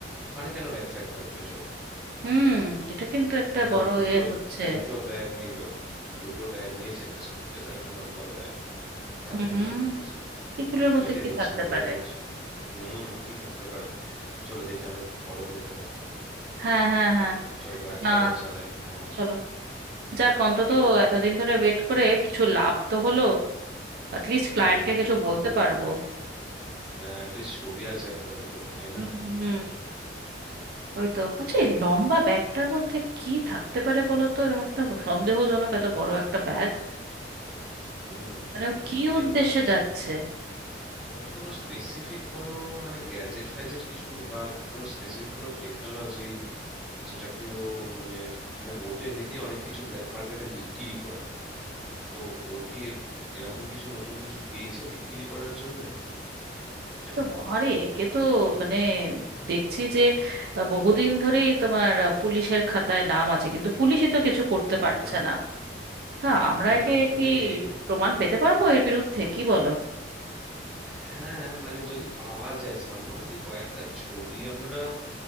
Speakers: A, in the centre; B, on the right.
A: ওখানে কেন ব্যাগ ফ্যাগ থাকবে এসব
B: হুম এটা কিন্তু একটা
A: এই
B: বড়
A: দেখো দুটো
B: এ হচ্ছে
A: দুটো ব্যাগ নিল দুটো ব্যাগ নিয়েছে একটা সুটকেস আর একটা লম্বা ব্যাগ ট্রাঙ্কের
B: হুম
A: মধ্যে পড়েছে
B: এগুলোর মধ্যে
A: ওই তো
B: কি
A: এগোচ্ছে
B: থাকতে
A: আমাদেরও
B: পারে
A: মনে হচ্ছে হুম কি থাকতে পারে চলো দেখি আমরা একটু ফলো করতে থাকি
B: হ্যাঁ হ্যাঁ হ্যাঁ
A: চলো গা-
B: না
A: গাড়িটা চালাই হ্যাঁ
B: চলো যাক অন্তত
A: এই তো
B: এতদিন ধরে ওয়েট করে কিছু লাভ তো হলো অ্যাটলিস্ট
A: হ্যাঁ
B: ক্লায়েন্টকে
A: দেখতে
B: কিছু
A: তো পাওয়া
B: বলতে
A: গেল
B: পারবো
A: হ্যাঁ অ্যাটলিস্ট ছবি আছে একটা দুটো তাই
B: হুম
A: না
B: হুম ওই তো আচ্ছা
A: বাবারে
B: এই লম্বা ব্যাগটার মধ্যে কি থাকতে পারে বলো তো এরকম একটা সন্দেহজনক এত বড় একটা ব্যাগ
A: হুম
B: মানে
A: আমিও
B: ও কি
A: সেটাই
B: উদ্দেশ্যে
A: ভাবছি
B: যাচ্ছে
A: ওকে কোনো স্পেসিফিক কোনো মানে গ্যাজেট ফ্যাজেট কিছু নি- বা কোনো স্পেসিফিক কোনো টেকনোলজি যেটাকে ও মানে মানে ও তো এমনিতেই অনেক কিছু ব্ল্যাক মার্কেটে বিক্রি করে তো ওর কি এ- এরকম কিছু নতুন কিছু পেয়েছে বিক্রি করার জন্য এটা
B: তো
A: হতে পারে
B: আরে একে তো মানে দেখছি যে আহ, বহুদিন ধরেই তোমার আহ, পুলিশের খাতায় নাম আছে কিন্তু পুলিশই তো কিছু করতে
A: হুম
B: পারছে না তা আমরা
A: হ্যাঁ
B: একে
A: আসলে
B: কি
A: এই
B: প্রমাণ পেতে পারবো এর বিরুদ্ধে কি বলো
A: হ্যাঁ মানে যদি পাওয়া যায় সামহাও যদি কয়েকটা ছবি আমরা